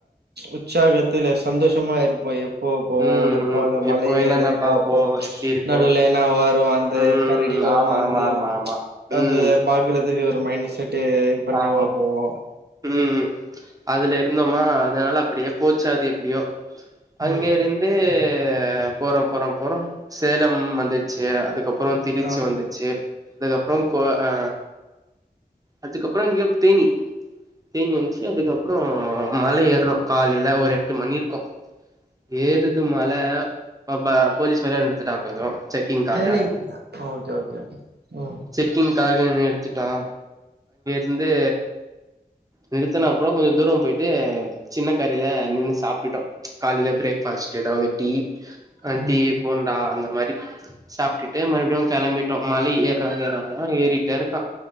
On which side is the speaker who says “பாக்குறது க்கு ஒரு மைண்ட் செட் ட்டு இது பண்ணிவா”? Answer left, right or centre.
Right